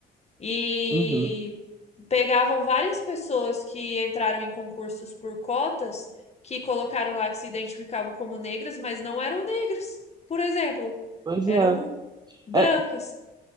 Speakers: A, on the left (about 35°); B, on the right (about 20°).
A: E
B: uhum.
A: pegavam várias pessoas que entraram em concursos por cotas, que colocaram lá que se identificavam como negras, mas não eram negras, por exemplo.
B: Pois
A: Eram
B: é.
A: brancas.
B: É,